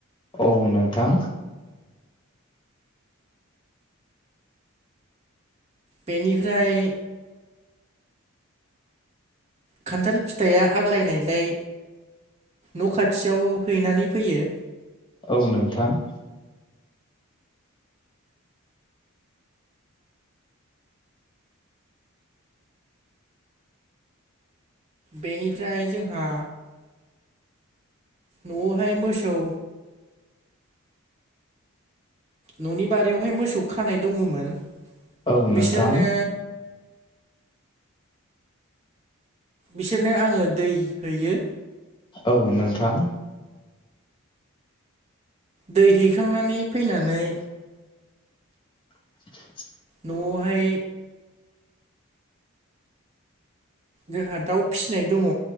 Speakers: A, on the left; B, on the right.
A: औ नोंथां।
B: बेनिफ्राय खान्थाल फिथाइया आग्लायनायलाय न खाथियाव हैनानै फैयो।
A: औ नोंथां।
B: बेनिफ्राय जोंहा नआवहाय मोसौ ननि बारियावहाय मोसौ खानाय दङमोन।
A: औ
B: बिसोरनो
A: नोंथां।
B: बिसोरनो आङो दै हैयो।
A: औ नोंथां।
B: दै हैखांनानै फैनानै
A: <inaudible>
B: न'आवहाय जोंहा दाउ फिसिनाय दङ।